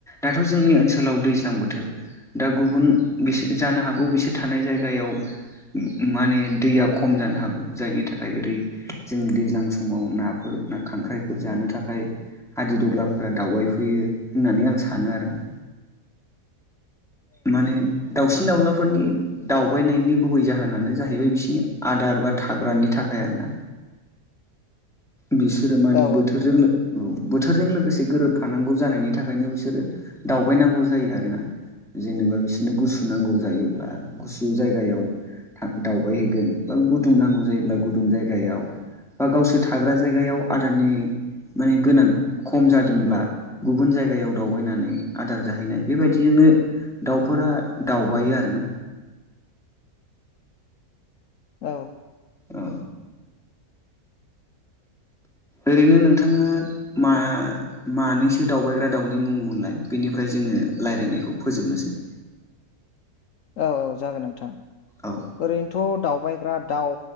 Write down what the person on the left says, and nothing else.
औ
औ।
औ औ जागोन नोंथां
ओरैनोथ' दावबायग्रा दाउ